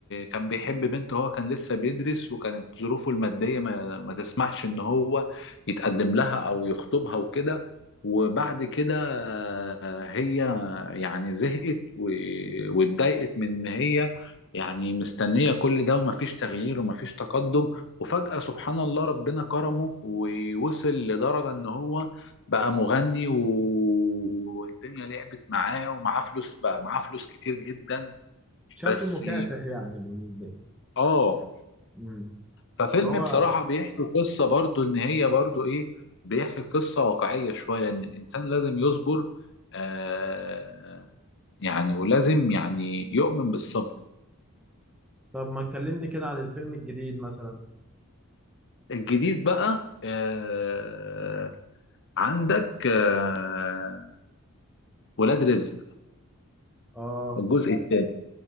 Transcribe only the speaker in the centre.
شاب
مكافح يعني بالنسبة لي
مم.
هو
طب ما تكلمني كده عن الفيلم الجديد مثلا
اه